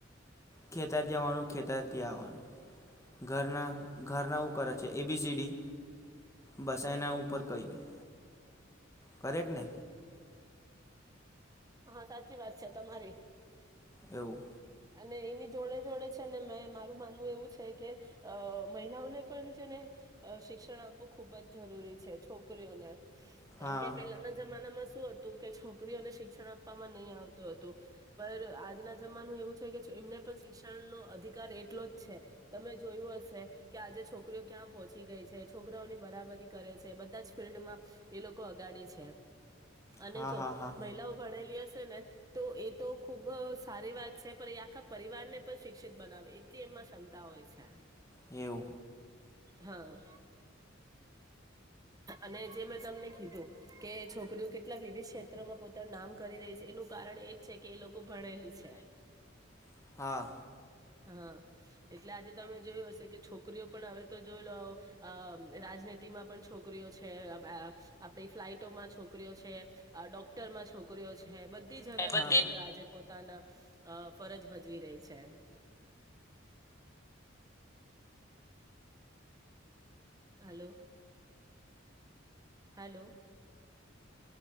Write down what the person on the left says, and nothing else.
ખેતર જવાનું ખેતરથી આવવાનું ઘરના ઘરના કરે છે એબીસીડી બસના ઉપર કઈ નહી કરેટ ને
એવું
હા
હા
હા હા
એવ.
હા
હા